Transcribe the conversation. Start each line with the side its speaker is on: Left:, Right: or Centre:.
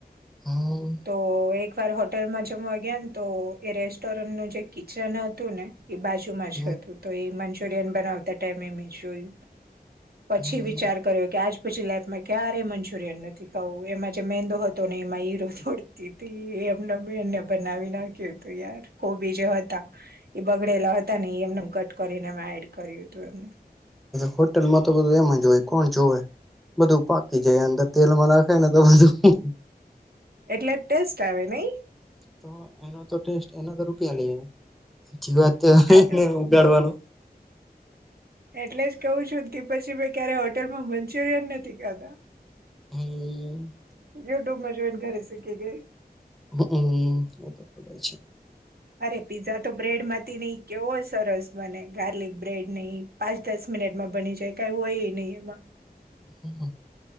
Centre: હમ
Right: તો એક વાર હોટેલમાં જમવા ગયા ને તો એ રેસ્ટોરન્ટનું જે કિચન હતું ને એ બાજુમાં
Centre: હમ
Right: જ હતું તો એ મંચુરિયન બનાવતા ટાઈમે મેં જોયું. પછી
Centre: હમ
Right: વિચાર કર્યો કે આજ. પછી લાઈફમાં ક્યારેય મંચુરિયન નથી ખાવું એમાં જે મેંદો હતો ને એમાં હીરો. ફોડતી હતી એમને બેને બનાવી નાખ્યું હતું યાર કોબી જે હતા. એ બગડેલા હતા ને એ એમને કટ કરીને એ એડ કર્યું હતું એમને.
Centre: હોટલમાં તો બધું એમ જ હોય કોણ જોવે. બધું પાકી જાય અંદર તેલમાં નાખાય ને તો બધું.
Right: એટલે ટેસ્ટ આવે નઈ.
Centre: તો એનો તો ટેસ્ટ, એનો તો રૂપિયા લેઈ આયવો, હાચી વાત
Right: આ તો
Centre: જાળવાનું
Right: એટલે જ કહું છું કે પછી મે ક્યારે હોટેલમાં મંચુરિયન નથી ખાધા.
Centre: હમ
Right: યુટ્યુબમાં જોઈન કરી શકીએ કે
Centre: હ, હમ, એતો ખબર છે.
Right: અરે પિઝા તો બ્રેડ માંથી નઈ, કેવો સરસ બને ગાર્લિક બ્રેડ નઈ, પાંચ-દસ મિનિટમાં બની જાય. એવુ હોયે નઈ એમાં.
Centre: હમ,